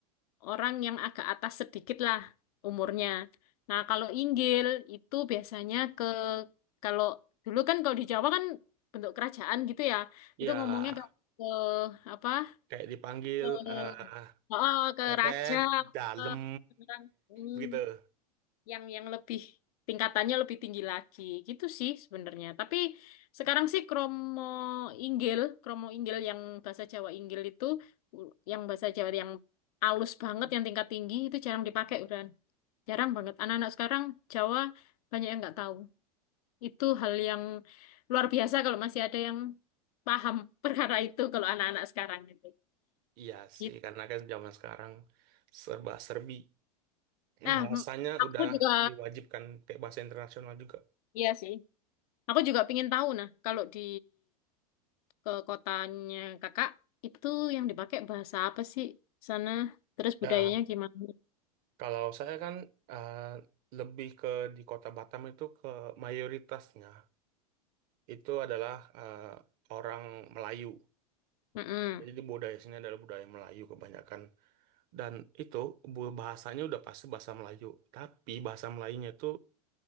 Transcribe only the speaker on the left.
orang yang agak atas sedikit lah umurnya. Nah, kalau inggil itu biasanya ke kalau dulu kan kalau di Jawa kan bentuk kerajaan gitu ya.
Itu ngomongnya ke, ke apa?
Ke,
oh, ke
raja,
ke orang. hmm
yang yang lebih tingkatannya lebih tinggi lagi gitu sih sebenarnya. Tapi sekarang sih kromo inggil, kromo inggil yang bahasa Jawa inggil itu u- yang bahasa Jawa yang alus banget yang tingkat tinggi itu jarang dipakai udah jarang banget. Anak-anak sekarang Jawa banyak yang nggak tahu. Itu hal yang luar biasa kalau masih ada yang paham <laughs> perkara itu kalau anak-anak sekarang gitu.
Gitu.
Nah,
m- aku
juga
iya sih. Aku juga pingin tahu nah kalau di ke kotanya kakak itu yang dipakai bahasa apa sih sana terus
budayanya gimana
Mm-mm.